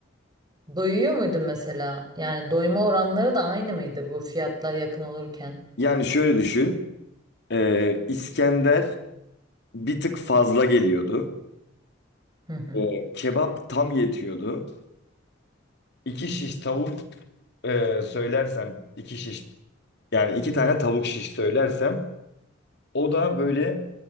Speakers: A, on the right; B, on the left.
A: Doyuyor muydun mesela? Yani doyma oranları da aynı mıydı bu fiyatlar yakın olurken?
B: Yani şöyle düşün. e, İskender bir tık fazla geliyordu.
A: Hı hı.
B: E, kebap tam yetiyordu. İki şiş tavuk e, söylersem iki şiş Yani iki tane tavuk şiş söylersem o da böyle